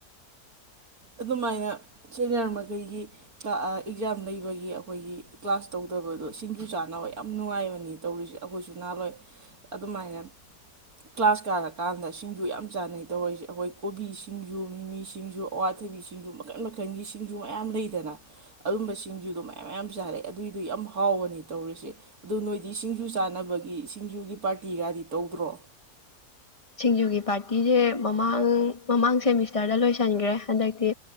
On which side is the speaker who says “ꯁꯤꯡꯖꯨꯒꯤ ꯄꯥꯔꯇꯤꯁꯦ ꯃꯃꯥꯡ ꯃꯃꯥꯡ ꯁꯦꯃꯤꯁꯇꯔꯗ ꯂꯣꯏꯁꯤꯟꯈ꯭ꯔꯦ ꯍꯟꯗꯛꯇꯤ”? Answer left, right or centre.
Left